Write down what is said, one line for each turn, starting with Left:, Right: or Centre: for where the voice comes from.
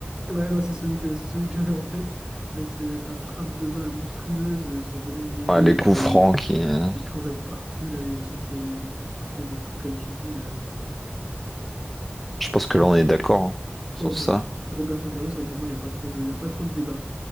Right: Ouais, bah, c'est celui que, c'est celui que j'avais en tête, avec ses- sa frappe de balle monstrueuse, euh, son volume de jeu,
Centre: Ouais, les
Right: il
Centre: coups
Right: était,
Centre: francs qui. euh,
Right: il courait partout, il allait vite, euh, il mettait des coups francs de fou, comme tu dis. euh.
Centre: Je pense que là, on est d'accord hein, sur
Right: Ouais, pour,
Centre: ça.
Right: pour Roberto Carlos, ouais, pour moi, il n'y a pas trop de, il y a pas trop de débat.